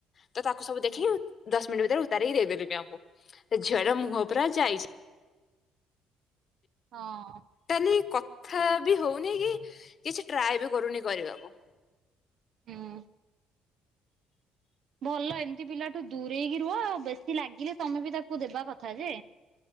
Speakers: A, on the left; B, on the right.
A: ତ ସବୁ
B: ହୁଁ
A: ଦେଖିକି ଦଶ ମିନିଟ୍ ଭିତରେ ଉତାର ହି ଦେଇଦେଲି ବି ଆମକୁ ଝିଅର ମୁହଁ ପୁରା ଯାଇଚି।
B: ହଁ
A: ତାଲି କଥା ବି ହଉନି କି କିଛି ଟ୍ରାଏ ବି କରୁନି। କରିବାକୁ।
B: ହୁଁ। ଭଲ ଏମିତି ପିଲାଠୁ ଦୂରେଇକି ରୁହ ଆଉ ବେଶୀ ଲାଗିଲେ ତମେ ବି ତାକୁ ଦେବା କଥା ଯେ।